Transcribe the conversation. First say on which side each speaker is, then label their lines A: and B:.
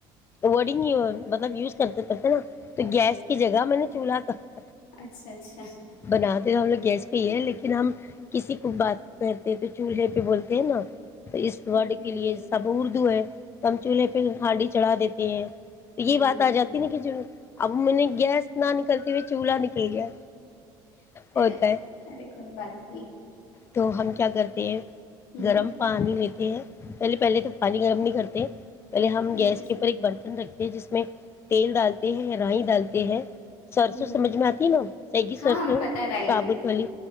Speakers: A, on the left; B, on the left.
A: وورڈگ مطلب یوز کرتے تھ نا تو
B: اوکے
A: گیس کی جگہ میں نے <unintelligible> چولا کا <unintelligible>
B: اچھا اچھا
A: بناتے تو ہم لوگ گیس ہے لیکن ہم کسی کو بات کرتے ہیں تو چولہے پہ بولتے ہیں نا تو اس ورڈ
B: جی
A: کے لیے
B: جی
A: سب اردو ہے کم چولہے پہ ہانڈی چڑھا دیتے ہیں تو یہ بات
B: ہوں
A: آ جاتی نا کہ اب میں نے گیس نہ نکلتے ہوئے چولہا نکل گیا
B: ارے
A: ہوتا ہے <unintelligible>
B: ارے کوئی بات نہیں <unintelligible>
A: تو ہم کیا کرتے ہیں
B: ہوں
A: گرم پانی لیتے پہلے پہلے تو پانی گرم نہیں کرتے پہلے ہم
B: ہوں
A: گیس کے اوپر ایک بنتے رکھتے ہیں جس میں تیل ڈالتے ہیں رائی ڈالتے ہیں سرسو
B: ہوں
A: سمجھ میں آتی ہے نا سیگی
B: ہاں
A: سرسوں
B: ہمیں پتہ ہے رائی
A: صابت والی